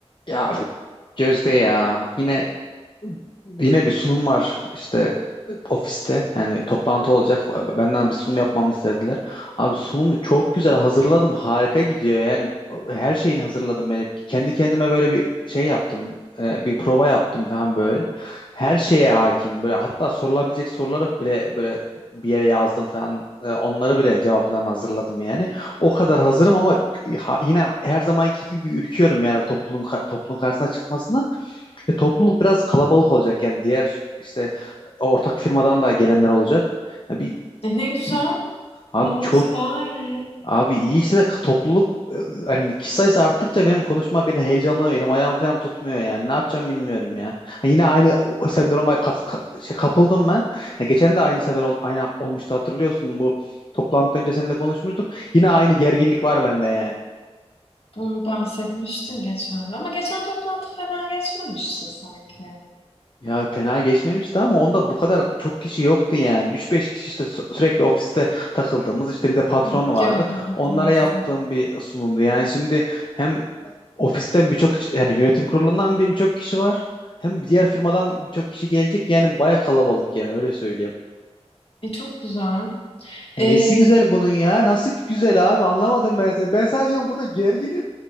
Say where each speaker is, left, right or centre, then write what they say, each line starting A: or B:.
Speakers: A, on the left; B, on the left.
A: Ya Gözde ya yine Yine bir sunum var işte ofiste yani toplantı olacak benden bir sunum yapmamı istediler. Abi sunumu çok güzel hazırladım harika gidiyor yani her şeyini hazırladım yani kendi kendime böyle bir şey yaptım e, bir prova yaptım falan böyle. Her şeye hakim böyle hatta sorulabilecek soruları bile böyle bir yere yazdım falan E, onları bile cevaplarını hazırladım yani. O kadar hazırım ama ha- yine her zamanki gibi ürküyorum yani topluluğun ka- topluluğun karşısına çıkmasına. Ve topluluk biraz kalabalık olacak yani diğer işte ortak firmadan da gelenler olacak. Ya bir,
B: E ne güzel.
A: bir- abi
B: Kalabalıksa
A: çok
B: daha iyi.
A: abi iyi işte de topluluk e, hani kişi sayısı arttıkça benim konuşma beni heyecanlanıyor elim ayağım falan tutmuyor yani ne yapacağım bilmiyorum ya. Ha, yine aynı o sendroma kat- ka- şey, kapıldım ben. Ha, geçen de aynı sefer ol- aynı olmuştu hatırlıyorsun bu toplantıdan önce seninle konuşmuştuk. Yine aynı gerginlik var bende yani.
B: Onu bahsetmiştin geçen de. Ama geçen toplantı fena geçmemişti sanki.
A: Ya fena geçmemişti ama onda bu kadar çok kişi yoktu yani. üç beş kişi işte sü- sürekli ofiste takıldığımız işte bir de patron
B: Hı,
A: vardı.
B: gördüm bildiğin
A: Onlara
B: insanı.
A: yaptığım bir sunumdu. Yani şimdi hem ofisten birçok ç- yani yönetim kurulundan bir- birçok kişi var. Hem diğer firmadan birçok kişi gelecek. Yani baya kalabalık yani öyle söyleyeyim.
B: E çok güzel.
A: Nesi
B: E,
A: güzel bunun ya? Nasıl güzel abi? Anlamadım ben seni. Ben sana diyorum burada gerginim.